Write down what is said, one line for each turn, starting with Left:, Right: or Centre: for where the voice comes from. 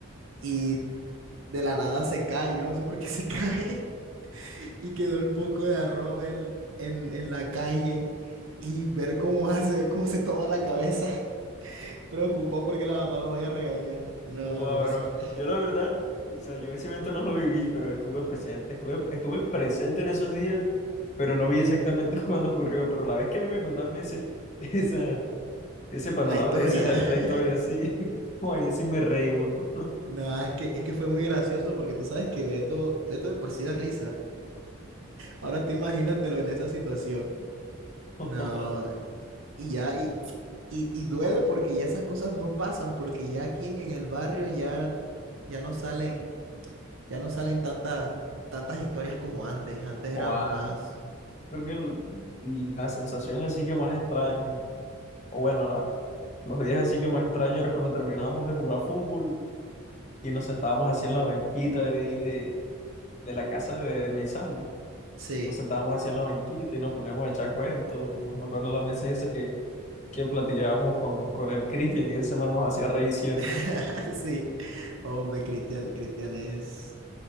Right: Y de la nada se cae, yo no sé por qué se <laughs> cae. y quedó el poco de arroz en, en, en la calle y ver cómo hace, ver cómo se toma la cabeza, <laughs> preocupado porque la mamá lo vaya a regañar. No,
Left: Wow,
Right: eso
Left: bro.
Right: fue
Left: Yo la verdad, o sea, yo ese evento no lo viví, pero estuve presente, estuve, estuve presente en esos días, pero no vi exactamente <laughs> cuándo ocurrió. Pero la vez que a mí me contaron ese, <laughs> esa, ese panorama,
Right: la historia.
Left: esa la, la historia
Right: <laughs>
Left: así, <laughs> guay, así me reí, bro.
Right: No, es que, es que fue muy gracioso porque tú sabes que Beto, Beto de por sí da risa. Ahora tú imagínatelo en esa situación.
Left: <laughs>
Right: No, y ya, y, y, y duele porque ya esas cosas no pasan, porque ya aquí en, en el barrio ya, ya no salen, ya no salen tantas, tantas historias como antes. Antes eran
Left: Joa,
Right: más
Left: creo que el- la sensación así que más extraña, o bueno, la, los días así que más extraño era cuando terminábamos de jugar fútbol y nos sentábamos así en la banquita de, ahí de, de la casa de Meizal.
Right: Sí,
Left: Nos sentábamos así en la banquita y nos poníamos a echar cuentos. Me acuerdo las veces esas que, que platicábamos con, con el Cristian y ese man nos hacía reír siempre,
Right: <laughs> sí. Hombre, Cristian, Cristian es.